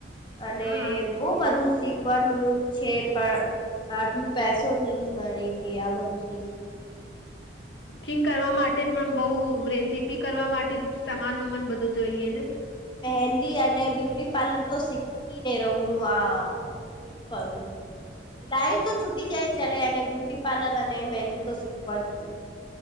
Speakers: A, on the left (about 25°); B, on the left (about 80°).
A: અને
B: અ
A: બહુ બધું શીખ. શીખવાનું છે પણ આટલું પૈસો નહી મળે કે આ બધું શીખી લો.
B: કુકિંગ કરવા માટે પણ બઉ રેસીપી કરવા માટે સમાન વમાન બધું જોઈએ ને.
A: મહેંદી અને બ્યુટી પાર્લર તો શીખી ને રહું આ. હું કરું. સિલાઈ તો છૂટી જાય ચલે અને બ્યુટી પાર્લર અને મેંદી તો શીખવા જ ની.